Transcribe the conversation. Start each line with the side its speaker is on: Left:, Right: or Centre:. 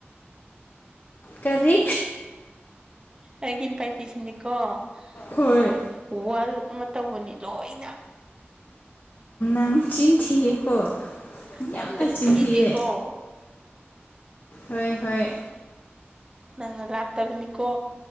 Left: ꯀꯔꯤ
Right: ꯑꯩꯒꯤꯅ ꯄꯥꯏ ꯄꯤꯁꯤꯅꯤꯀꯣ
Left: ꯍꯣꯏ
Right: ꯑ ꯋꯥꯜ ꯑꯃ ꯇꯧꯕꯅꯤ ꯂꯣꯏꯅ
Left: ꯑꯪ ꯆꯤꯟꯊꯌꯀꯣ
Right: ꯍꯦꯛꯇ
Left: ꯌꯥꯝꯅ
Right: ꯊꯤꯗꯦꯀꯣ
Left: ꯆꯤꯟꯊꯦꯌꯦ ꯍꯣꯏ ꯍꯣꯏ
Right: ꯅꯪꯅ ꯂꯥꯛꯇꯕꯅꯤꯀꯣ